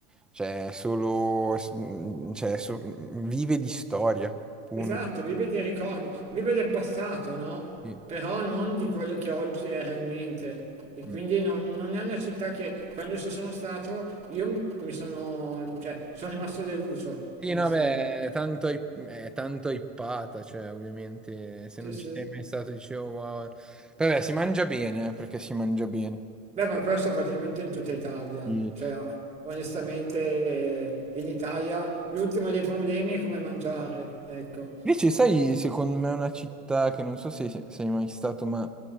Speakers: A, in the centre; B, on the right (about 20°).
A: Cioè, è solo, s- mm, cioè, so- mhmm, vive di storia, punto.
B: Esatto, vive dei ricordi, vive del passato, no?
A: Sì.
B: Però non di quello che oggi è realmente. E
A: Mm.
B: quindi non, non è una città che quando ci sono stato io mi sono, cioè, sono rimasto deluso,
A: Sì,
B: onestamente.
A: no, beh, è tanto, hy- è tanto hypata, cioè, ovviamente, se
B: Sì,
A: non
B: sì.
A: ci sei mai stato, dicevo, wow. Vabbè, si mangia bene, eh, perché si mangia bene.
B: Beh, ma questo praticamente in tutta Italia.
A: E-
B: Cioè, onestamente, eh, in Italia l'ultimo dei problemi è come mangiare, ecco.
A: Invece, sai, secondo me è una città che non so se se sei mai stato, ma